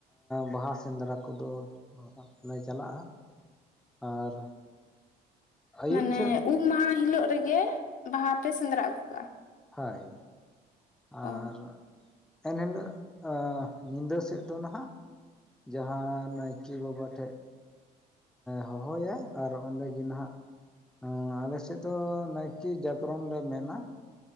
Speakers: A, in the centre; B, on the left.
A: ᱵᱟᱦᱟ ᱥᱮᱸᱫᱽᱨᱟ ᱠᱚᱫᱚ᱾ ᱞᱮ ᱪᱟᱞᱟᱜᱼᱟ ᱟᱨ ᱟᱹᱭᱩᱵ
B: ᱢᱟᱱᱮ
A: ᱥᱮᱫ
B: ᱩᱢ ᱢᱟᱦᱟ ᱦᱤᱞᱚᱜ ᱨᱮᱜᱮ ᱵᱟᱦᱟ ᱯᱮ ᱥᱮᱸᱫᱽᱨᱟ ᱟᱹᱜᱩ ᱠᱟᱜᱼᱟ᱾
A: ᱦᱚᱭ ᱟᱨ
B: ᱚ
A: ᱮᱱ ᱦᱤᱞᱚᱜ <unintelligible> ᱧᱤᱫᱟᱹ ᱥᱮᱫ ᱫᱚ ᱱᱟᱦᱟᱜ ᱡᱟᱦᱟᱸ ᱱᱟᱭᱠᱮ ᱵᱟᱵᱟ ᱴᱷᱮᱡ ᱦᱮᱸᱦᱚᱟᱭ ᱟᱨ ᱚᱸᱰᱮ ᱜᱮ ᱱᱟᱦᱟᱜ ᱮᱸ ᱟᱞᱮᱥᱮᱫ ᱫᱚ ᱱᱟᱭᱠᱮ ᱡᱟᱜᱽᱨᱚᱱ ᱞᱮ ᱢᱮᱱᱟ᱾